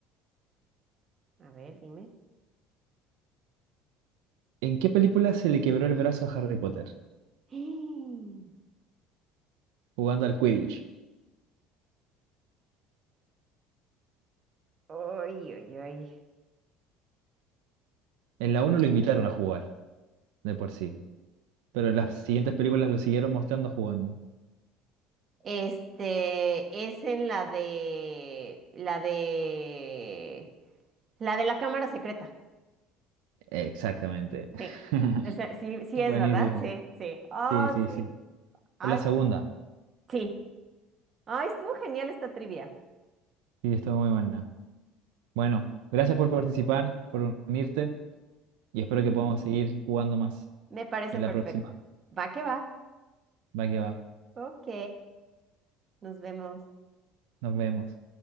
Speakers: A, on the right; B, on the right.
A: A ver, dime.
B: ¿en qué película se le quebró el brazo a Harry Potter?
A: <gasps>
B: Jugando al Quidditch.
A: ¡Ay, ay, ay!
B: En la uno lo invitaron a jugar, de por sí. Pero las siguientes películas lo siguieron mostrando jugando.
A: Este es en la de la de la de la cámara secreta.
B: Exactamente.
A: Sí.
B: <laughs>
A: Esa- sí, sí
B: Buenísimo.
A: es, ¿verdad? Sí, sí. Oh,
B: Sí, sí,
A: sí.
B: sí.
A: Ah,
B: Es la segunda.
A: sí. Ay, estuvo genial esta trivia.
B: Sí, estuvo muy buena. Bueno, gracias por participar, por unirte y espero que podamos seguir jugando más
A: Me parece
B: en
A: perfecto.
B: la próxima.
A: Va que va.
B: Va que va.
A: Ok, nos vemos.
B: Nos vemos.